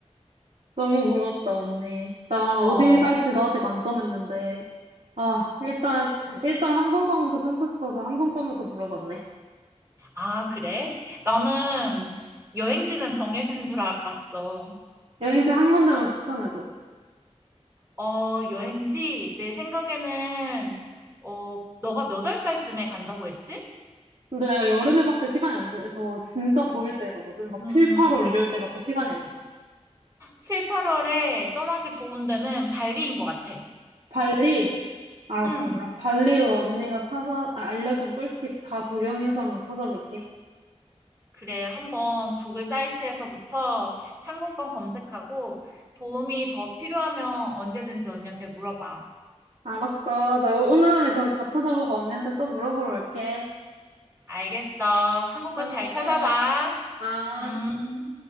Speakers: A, on the right; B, on the right.
A: 너무 고맙다, 언니. 나
B: 어,
A: 어디 갈지 나 아직 안 정했는데. 아, 일단, 일단 항공권부터 끊고 싶어서 항공권부터 물어봤네.
B: 아, 그래? 나는 여행지는 정해진 줄 알았어.
A: 여행지 한 군데만 추천해줘.
B: 어, 여행지 내 생각에는 어, 너가 몇 월 달쯤에 간다고 했지?
A: 근데 내가 여름에밖에 시간이 안 돼서 진짜 더울 때 가거든. 막
B: 음,
A: 7, 8월 이럴 때밖에 시간이 안 돼.
B: 7, 8월에 떠나기 좋은 데는 발리인 것 같아.
A: 발리? 알았어.
B: 음
A: 그럼 발리로 언니가 찾아, 아, 알려준 꿀팁 다 적용해서 한번 찾아볼게.
B: 그래, 한번 구글 사이트에서부터 항공권 검색하고 도움이 더 필요하면 언제든지 언니한테 물어봐.
A: 알았어. 나 오늘 안에 그럼 다 찾아보고 언니한테 또 물어보러 올게.
B: 알겠어. 항공권
A: 너무
B: 잘
A: 고마워.
B: 찾아봐.
A: 아.
B: 음.